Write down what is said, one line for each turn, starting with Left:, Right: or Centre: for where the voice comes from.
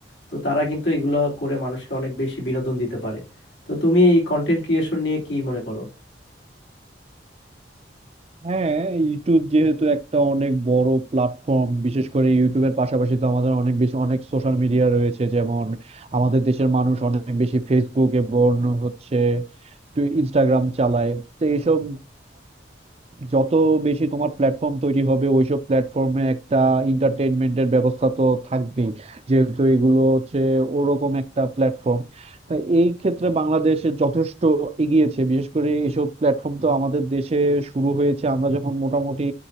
Left: তো তারা কিন্তু এগুলা করে মানুষকে অনেক বেশি বিনোদন দিতে পারে তো তুমি এই কন্টেন্ট ক্রিয়েশন নিয়ে কি মনে করো
Right: হ্যাঁ ইউটিউব যেহেতু একটা অনেক বড় প্ল্যাটফর্ম বিশেষ করে ইউটিউবের পাশাপাশি তো আমাদের অনেক বেশি অনেক সোশ্যাল মিডিয়া রয়েছে যেমন আমাদের দেশের মানুষ অনেক বেশি ফেসবুক এবং হচ্ছে ইনস্টাগ্রাম চালায় তো এইসব যত বেশি তোমার প্ল্যাটফর্ম তৈরি হবে ওইসব প্ল্যাটফর্মে একটা এন্টারটেইনমেন্টের ব্যবস্থা তো থাকবেই যেহেতু এগুলো হচ্ছে ওরকম একটা প্ল্যাটফর্ম তাই এই ক্ষেত্রে বাংলাদেশে যথেষ্ট এগিয়েছে বিশেষ করে এইসব প্ল্যাটফর্ম তো আমাদের দেশে শুরু হয়েছে আমরা যখন মোটামুটি